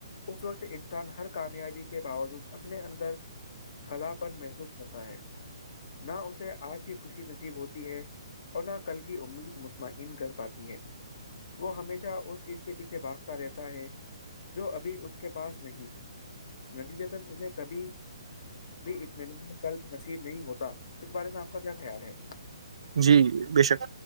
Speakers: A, on the left; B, on the right.
A: اس وقت انسان ہر کامیابی کے باوجود اپنے اندر حلاپن <unintelligible> پتا ہے <unintelligible> نہ اسے آج کی خوشی نصیب ہوتی ہے اور نہ کل کی امید مطمئعن کر پاتی ہے وہ ہمیشہ اس چیز کے پیچھے بھاگتا رہتا ہے جو ابھی اس کے پاس نہیں ندی چتن اسے کبھی بھی اطمین کل نصیب نہیں ہوتا اس بارے میں آپ کا کیا خیال ہے
B: جی بے شک